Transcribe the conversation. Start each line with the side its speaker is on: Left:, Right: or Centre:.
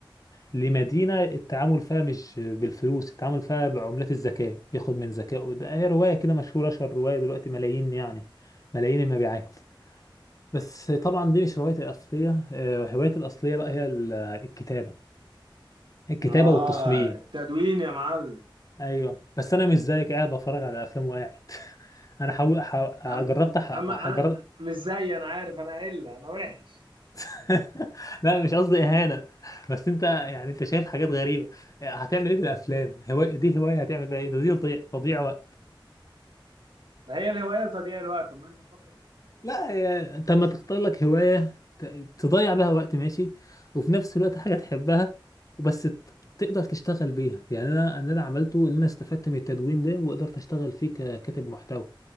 Left: لمدينة التعامل فيها مش بالفلوس التعامل فيها بعملات الذكاء ياخد من ذكائه ده هي رواية كده مشهورة أشهر رواية دلوقتي ملايين يعني ملايين المبيعات بس طبعا دي مش روايتي الأصلية آه، هوايتي الأصلية بقى هي ال- الكتابة الكتابة
Right: اه
Left: والتصميم
Right: التدوين يا معلم
Left: ايوه بس انا مش زيك قاعد بتفرج على افلام وقاعد <laughs> انا حاول ح-
Right: يا عم
Left: جربت
Right: يا
Left: ح-
Right: عم انا
Left: ح- جربت
Right: مش زي انا عارف انا قله انا وحش
Left: <laughs> لا مش قصدي اهانه بس انت يعني انت شايف حاجات غريبه هتعمل ايه بالافلام هوايه دي هوايه هتعمل بيها ايه ده دي تضييع تضييع وقت
Right: <laughs> ما هي الهوايه لتضييع الوقت طب ما انت مفكر الهوايه دي إيه؟
Left: لا يا- انت لما تختار لك هوايه ت- تضيع بها وقت ماشي وفي نفس الوقت حاجه تحبها وبس ت- تقدر تشتغل بيها يعني انا اللي انا عملته ان انا استفدت من التدوين ده وقدرت اشتغل فيه ككاتب محتوى